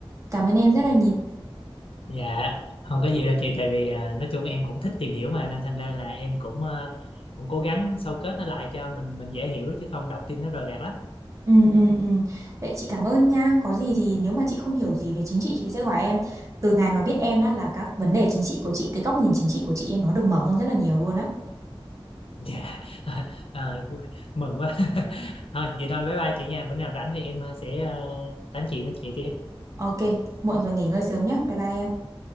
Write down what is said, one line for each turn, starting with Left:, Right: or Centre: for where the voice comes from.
Right: cảm ơn em rất là nhiều
Left: dạ không có gì đâu chị tại vì à, nói chung em cũng thích tìm hiểu mà nên thành ra là em cũng à, cũng cố gắng sâu kết nó lại cho mình mình dễ hiểu chứ không đọc tin nó rời rạc lắm
Right: ừ ừ ừ vậy chị cảm ơn nha có gì thì nếu mà chị không hiểu gì về chính trị chị sẽ hỏi em từ ngày mà biết em á là các vấn đề chính trị của chị cái góc nhìn chính trị của chị ấy, nó được mở hơn rất là nhiều luôn á
Left: dạ <laughs> Rồi, mừng quá <laughs> thôi vậy thôi bye bye chị nha bữa nào rảnh thì em à, sẽ à, tám chuyện với chị tiếp
Right: ok muộn rồi nghỉ ngơi sớm nhé bye bye em